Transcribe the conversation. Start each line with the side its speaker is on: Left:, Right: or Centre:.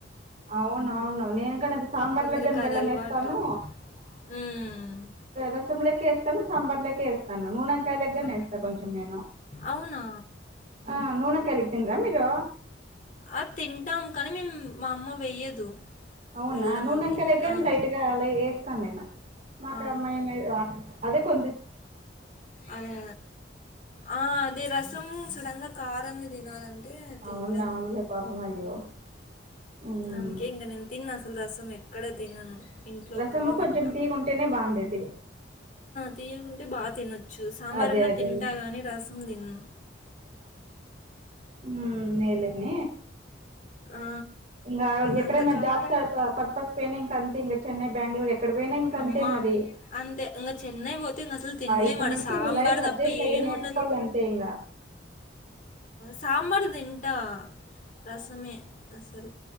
Right: అవును అవును నేన్ కనదు సాంబార్
Left: కొందరికి
Right: ల్గని బెల్లం
Left: అది అలవాటు
Right: వేస్తాను
Left: మ్మ్.
Right: రసములక్క వేస్తా సంంబర్ లోకేస్తాను నూనంకాయ గ్గనేేస్తను
Left: ఆ!
Right: కొంచెం నేను
Left: అవునా?
Right: ఆ నూన కయలిి తన్ రమ్ మీరు
Left: అ తింటాము కానీ మేము మా అమ్మ వెయ్యదు
Right: అవునా
Left: బెల్లం
Right: నూన
Left: అవి.
Right: ఇంకా లేగండి
Left: ఆ!
Right: లైట్ గా అలా వేస్తానుేమ మాకు
Left: ఆ!
Right: అమ్మాయి అదే కొ
Left: అదే ఆ అదే రసం సడంగా కారం తినాల
Right: అవును
Left: లే
Right: అవునులే పాపం అయ్యో ఉమ్
Left: అందుకే ఇ నను తి అసలు రసం ఎక్కడ తినను ఇంట్లో
Right: రసము
Left: ఒక్కటే తింటంటాం
Right: కొంచెం తీగుంటేనే బాగుండేది
Left: తీయకుంటే బాగా తినొచ్చు ు సాంబారన్న
Right: అదే అదేలే
Left: తింటా కానీ రసం తిన్న
Right: ఉ నేలన్న
Left: ఆ!
Right: ఇంకా ఎక్కడైనా
Left: అంత కారనా?
Right: జాబ్స్ పర్పస్ పనా ఇంకా అంతే ఇం చెన్నై బెంగళూరు ఎక్కడ పోయినా ఇంక అంతే
Left: అమ్మా!
Right: మరి
Left: అంతే ఇంకా చెన్నై పోతే ఇంకా అసలు తిినలే
Right: ఇప్పటి
Left: మాట
Right: నుంచి
Left: సాంబార్
Right: ఇంక లైఫ్ అడ్జస్ట్
Left: తప్ప
Right: అయ్యి
Left: ఏముండదు
Right: నేర్చుకోవాలంతే ఇంగ
Left: సాబారు తింట రసమే సర